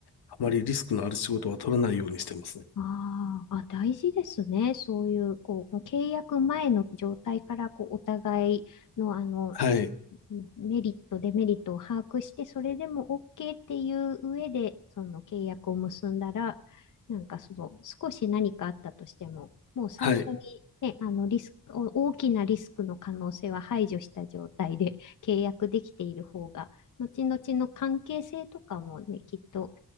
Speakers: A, on the left; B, on the left.
A: あまりリスクのある仕事は取らないようにしてますね。
B: あーあ、大事ですね。そういう、こう、もう契約前の状態から、こう、お互いの、あの、
A: はい。
B: うんメリット、デメリットを把握して、それでも OK っていう上で、その契約を結んだら、なんかその少し何かあったとしても、もう最初に、
A: はい。
B: ね、あのリスク、お大きなリスクの可能性は排除した状態で <laughs> 契約できている方が、後々の関係性とかもね、きっと